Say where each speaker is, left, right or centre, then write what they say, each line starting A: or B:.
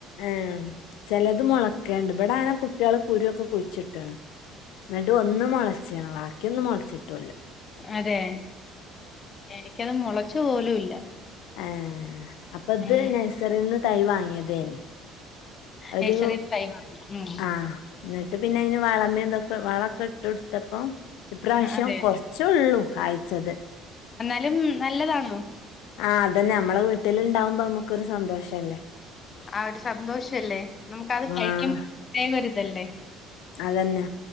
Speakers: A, on the left; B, on the left.
A: ഏ ചിലത് മുളക്കണ്ട് ഇവിടെ അങ്ങനെ കുട്ടികള് കുരുവൊക്കെ കുഴിച്ചിട്ടാണ് എന്നട്ട് ഒന്ന് മൊളച്ചിണ് ബാക്കിയൊന്നും മുളച്ചിട്ടുല്ല
B: അതെ എനിക്കത് മുളച്ചു പോലും ഇല്ല
A: ആ അപ്പൊ ഇത്
B: ഉം
A: നഴ്സറിൽ നിന്ന് തൈ വാങ്ങിയതേന് ഒരു
B: നഴ്സറി തൈ ഉം
A: ആ എന്നിട്ട് പിന്നെ അതിന് വളമേന്തൊക്കെ വളൊക്കെ ഇട്ടു കൊടുത്തപ്പം ഇപ്രാവശ്യം
B: അതെ
A: കുറച്ചെയുള്ളൂ കായ്ച്ചത്
B: എന്നാലും നല്ലതാന്നോ
A: ആഹ് അതന്നെ നമ്മെ വീട്ടിലുണ്ടാവുമ്പോ നമുക്കൊരു സന്തോഷല്ലേ
B: ആ ഒരു സന്തോഷല്ലേ നമുക്ക് അത് കഴിക്കുമ്പോ
A: ആഹ്
B: പ്രേത്യേക ഒരിതല്ലേ
A: അതന്നെ